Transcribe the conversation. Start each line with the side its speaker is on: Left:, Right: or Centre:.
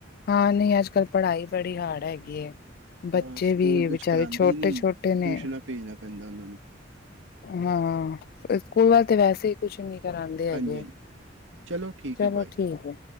Left: ਹਾਂ, ਨਹੀਂ ਅੱਜ-ਕੱਲ ਪੜ੍ਹਾਈ ਬੜੀ ਹਾਰਡ ਹੈਗੀ ਏ।
Right: ਹਾਂ
Left: ਬੱਚੇ
Right: ਸਕੂਲ
Left: ਵੀ,
Right: ਕੁਛ
Left: ਵਿਚਾਰੇ
Right: ਕਰਾਉਂਦੇ
Left: ਛੋਟੇ-ਛੋਟੇ
Right: ਹੀ ਨਹੀਂ
Left: ਨੇ
Right: ਟਿਊਸ਼ਨਾਂ ਭੇਜਣਾ ਪੈਂਦਾ ਉਹਨਾਂ ਨੂੰ
Left: ਹਾਂ, ਸਕੂਲ ਵਾਲੇ ਤੇ ਵੈਸੇ ਹੀ ਕੁੱਛ ‌ਨਹੀ ਕਰਾਂਦੇ ਹੈਗੇ,
Right: ਹਾਂਜੀ ਹਾਂਜੀ ਚਲੋ ਠੀਕ
Left: ਚਲੋ
Right: ਹੈ ਬਾਏ
Left: ਠੀਕ ਹੇ।